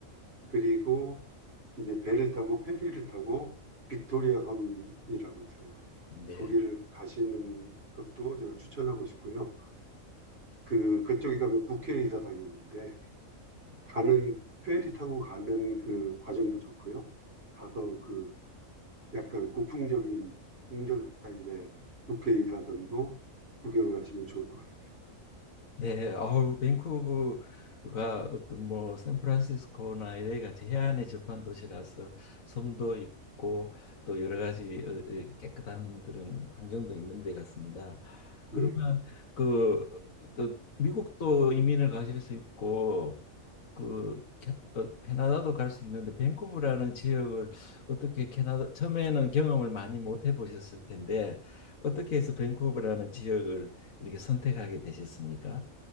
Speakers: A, on the right; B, on the left.
A: 그리고 이제 배를 타고 페리를 타고 빅토리아 섬이라고 있어요.
B: 네,
A: 거기를 가시는 것도 제가 추천하고 싶고요. 그 그쪽에 가면 국회의사당이 있는데
B: 음.
A: 가는 페리 타고 가는 그 과정도 좋고요. 가서 그 약간 고풍적인 궁전 스타일의 국회의사당도 구경을 하시면 좋을 것 같습니다.
B: 네. 아우 밴쿠버가 어떤 뭐 샌프란시스코나 이 a 같이 해안에 접한 도시라서 섬도 있고 또 여러 가지 어, 어, 깨끗한 그런 환경도 있는 데 같습니다. 그러면
A: 예.
B: 그 또 미국도 이민을 가실 수 있고 그 캐- 어, 캐나다도 갈 수 있는데 밴쿠버라는 지역을 어떻게 캐나다 처음에는 경험을 많이 못 해보셨을 텐데 어떻게 해서 밴쿠버라는 지역을 이렇게 선택하게 되셨습니까?